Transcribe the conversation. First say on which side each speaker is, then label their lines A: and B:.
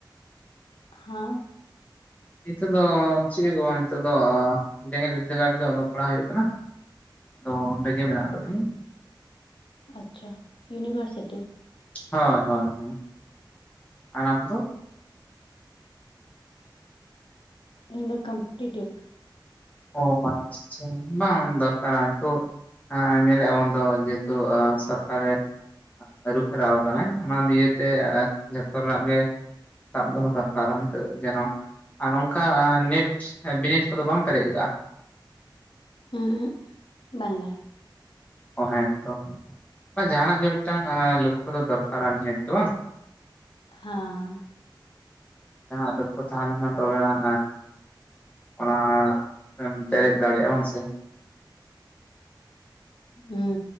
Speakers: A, on the left (about 80°); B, on the left (about 20°).
A: ᱦᱮᱸ
B: ᱱᱤᱛᱚᱜ ᱫᱚ ᱪᱮᱫ ᱦᱚᱝ ᱜᱮ ᱵᱚᱝ ᱱᱤᱛᱚᱜ ᱫᱚ ᱡᱮᱸᱜᱮᱛ ᱵᱤᱫᱽᱫᱟᱹᱜᱟᱲ ᱨᱮᱜᱮ ᱚᱞᱚᱜ ᱯᱟᱲᱦᱟᱜ ᱦᱩᱭᱩᱜ ᱠᱟᱱᱟ ᱾ ᱟᱫᱚ ᱚᱸᱰᱮ ᱜᱮ ᱢᱮᱱᱟᱜ ᱠᱟᱫᱤᱧᱟ ᱾
A: ᱟᱪᱪᱷᱟ ᱤᱭᱩᱱᱤᱵᱷᱟᱨᱥᱤᱴᱤ᱾
B: ᱦᱳᱭ ᱦᱳᱭ, ᱟᱨ ᱟᱢ ᱫᱚ?
A: ᱤᱧ ᱫᱚ ᱠᱚᱢᱯᱮᱴᱤᱴᱤᱵᱷ,
B: ᱚ ᱟᱪᱷᱟ ᱟᱪᱷᱟ ᱾ ᱵᱟᱝ ᱫᱚᱨᱠᱟᱨᱟ ᱱᱤᱛᱚᱜ ᱦᱟᱸ ᱧᱮᱞᱮᱼᱟᱵᱚᱱ ᱛᱚ ᱡᱮᱦᱮᱛᱩ ᱥᱚᱨᱠᱟᱨᱮ ᱟᱹᱨᱩ ᱯᱷᱮᱨᱟᱣ ᱠᱟᱱᱟᱭ ᱾ ᱚᱱᱟ ᱞᱤᱭᱮᱛᱮ ᱡᱚᱛᱚ ᱨᱮᱱᱟᱜ ᱜᱮ ᱥᱟᱵ ᱫᱚᱦᱚ ᱫᱚᱨᱠᱟᱨᱟ ᱱᱤᱛᱚᱜ ᱡᱮᱱᱚ ᱟᱨ ᱚᱱᱠᱟ ᱱᱮᱴ ᱵᱤᱱᱤᱰ ᱠᱚᱫᱚ ᱵᱟᱢ ᱯᱮᱨᱮᱡ ᱠᱟᱜ-ᱟ?
A: ᱩᱸᱦᱩᱜ ᱵᱟᱝᱜᱮ
B: ᱚ ᱦᱮᱸᱛᱚ ᱾ ᱵᱟᱝ ᱡᱟᱦᱟᱱᱟᱜ ᱜᱮ ᱢᱤᱫᱴᱟᱝ ᱞᱚᱠᱠᱷᱚ ᱫᱚ ᱫᱚᱨᱠᱟᱨᱟ ᱱᱤᱦᱟᱹᱛ ᱜᱮ ᱵᱟᱝ᱾
A: ᱦᱟᱸ᱾
B: ᱡᱟᱦᱟᱸ ᱞᱚᱠᱷᱚ ᱛᱟᱦᱮᱸᱱ ᱞᱮᱱᱠᱷᱟᱱ ᱛᱚᱵᱮᱱᱟᱜ ᱚᱱᱟ ᱮᱢ ᱯᱮᱨᱮᱡ ᱫᱟᱲᱮᱜᱼᱟ ᱵᱟᱝ ᱥᱮ᱾
A: ᱦᱩᱸ